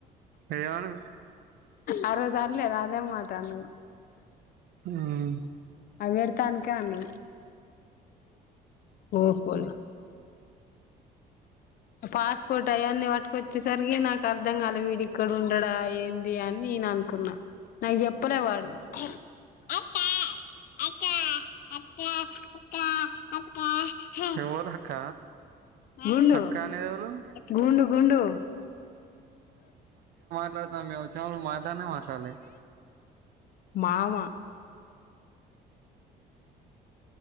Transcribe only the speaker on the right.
ఏమన్నాడు.
మ్ హూ
ఎవరు అక్క
అక్క అనేదెవలు
మాట్లాడుతున్నావ్ మేము వచ్చినప్పుడు మాట్లాడినవా అసలు